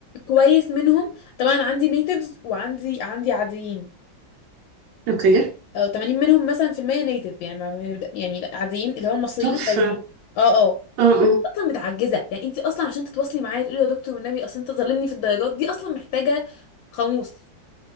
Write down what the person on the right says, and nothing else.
اوكي
تحفه
اه اه